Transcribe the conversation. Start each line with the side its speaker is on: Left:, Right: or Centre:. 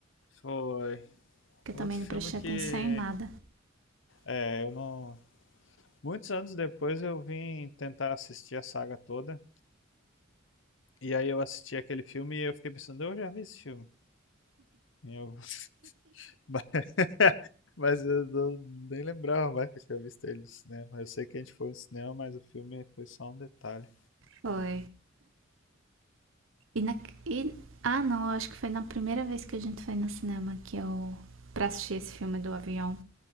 Left: Foi.
Right: Que eu
Left: Outro
Right: também não
Left: filme
Right: prestei
Left: que.
Right: atenção em nada.
Left: É, eu não. Muitos anos depois eu vim tentar assistir a saga toda. E aí eu assisti aquele filme e eu fiquei pensando, eu já vi esse filme. E eu- <laughs> ba- Mas eu não- nem lembrava mais que eu tinha visto ele no cinema. Eu sei que a gente foi no cinema, mas o filme foi só um detalhe.
Right: Foi. E na. E, ah, não, eu acho que foi na primeira vez que a gente foi no cinema que eu. pra assistir esse filme do avião.